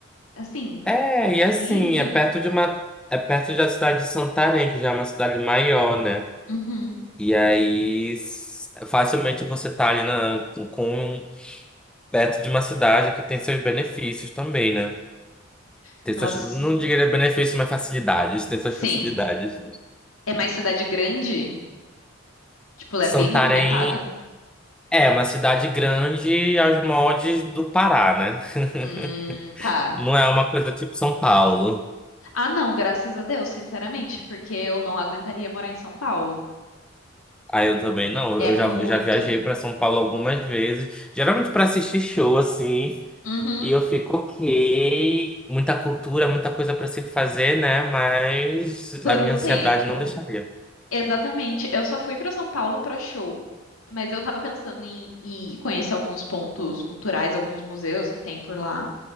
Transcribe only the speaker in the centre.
É, e assim,
é perto de uma, é perto da cidade de Santarém, que já é uma cidade maior, né?
E aí, s- facilmente você tá ali na, com, perto de uma cidade que tem seus benefícios também, né?
Tem suas, não diria benefícios, mas facilidades, tem suas
facilidades.
Santarém
é uma cidade grande aos moldes do Pará, né?
<laughs>
Não é uma coisa tipo São Paulo.
Ah, eu também não.
Eu
já, eu já viajei para São Paulo algumas vezes, geralmente para assistir show assim,
e eu fico ok, muita cultura, muita coisa para se fazer, né? Mas
a minha
ansiedade não deixaria.